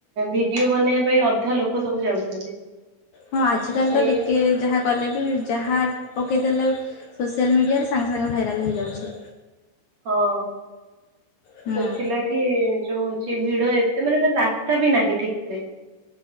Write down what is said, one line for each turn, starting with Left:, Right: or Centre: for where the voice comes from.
Right: ଭିଡିଓ ବନେଇବା ପାଇଁ ଅଧା ଲୋକ ଲୋକ ସବୁ ଯାଉଛନ୍ତି।
Left: ହଁ ଆଜିକାଲି
Right: ଆ ସେଇ
Left: ତ ଟିକେ ଯାହା କଲେ ବି ଯାହା ପକେଇଦେଲେ ସୋସିଆଲ ମିଡ଼ିଆରେ ସାଙ୍ଗେ ସାଙ୍ଗେ ଭାଇରାଲ୍ ହେଇଯାଉଚି।
Right: ହଁ।
Left: ହୁଁ
Right: ସେଥିଲାଗି ଯୋଉ ହଉଛି ଭିଡ ଏତେ ମାନେ ରାସ୍ତା ବି ନାହିଁ ଠିକ ସେ